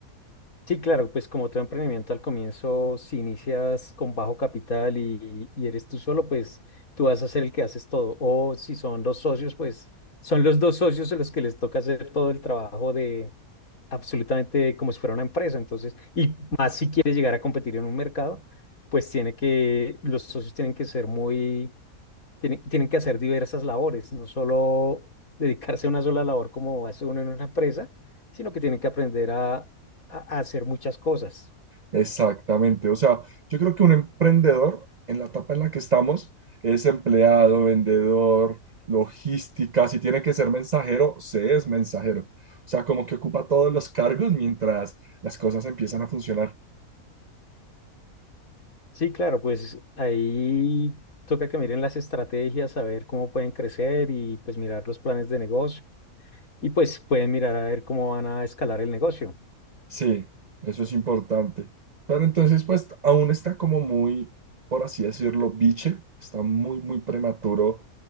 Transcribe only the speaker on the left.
Sí, claro, pues como todo emprendimiento al comienzo, si inicias con bajo capital y, y eres tú solo, pues tú vas a ser el que haces todo. O si son dos socios, pues son los dos socios a los que les toca hacer todo el trabajo de absolutamente como si fuera una empresa. Entonces, y más si quieres llegar a competir en un mercado, pues tiene que, los socios tienen que ser muy tienen, tienen que hacer diversas labores, no solo dedicarse a una sola labor como hace uno en una empresa, sino que tienen que aprender a, a- a hacer muchas cosas.
Sí, claro, pues ahí toca que miren las estrategias, a ver cómo pueden crecer y pues mirar los planes de negocio. Y pues pueden mirar a ver cómo van a escalar el negocio.